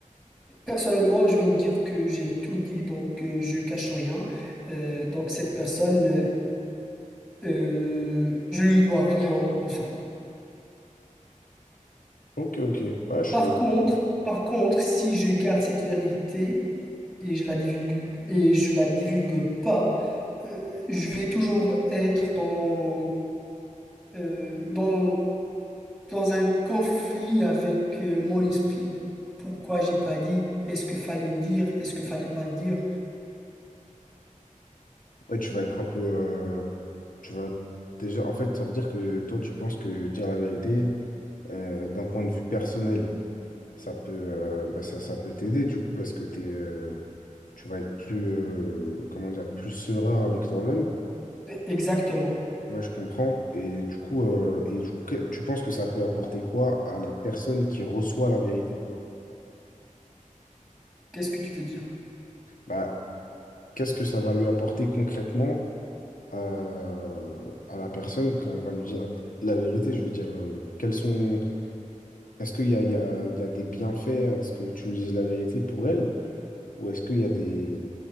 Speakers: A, in the centre; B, on the left (about 85°).
A: personnellement, je vais me dire que j'ai tout dit, donc euh, je cache rien. Euh, donc cette personne, euh, euh, je lui dois rien en- enfin.
B: Ok, ok. Ouais, je-
A: Par contre, par contre, si je garde cette vérité et je la divulgue et je la divulgue pas, euh, je vais toujours être dans euh, dans dans un conflit avec euh, mon esprit. Pourquoi j'ai pas dit? Est-ce que fallait le dire? Est-ce que fallait pas le dire?
B: ouais, tu vas être un peu. euh, Tu vas déjà. En fait, ça veut dire que toi, tu penses que dire la vérité, euh, d'un point de vue personnel, ça peut, euh, bah, ça, ça peut t'aider du coup parce que t'es, euh, tu vas être plus, euh, comment dire, plus serein avec toi-même.
A: Exactement.
B: Ouais, je comprends. Et du coup, euh, et du coup, que- tu penses que ça peut apporter quoi à la personne qui reçoit la vérité?
A: Qu'est-ce que tu veux dire?
B: Bah, qu'est-ce que ça va lui apporter concrètement? euh, à la personne quand on va lui dire la vérité. Je veux dire, euh, quels sont... Est-ce qu'il y a, il y a- il y a des bienfaits à ce que tu lui dises la vérité pour elle? Ou est-ce qu'il y a des...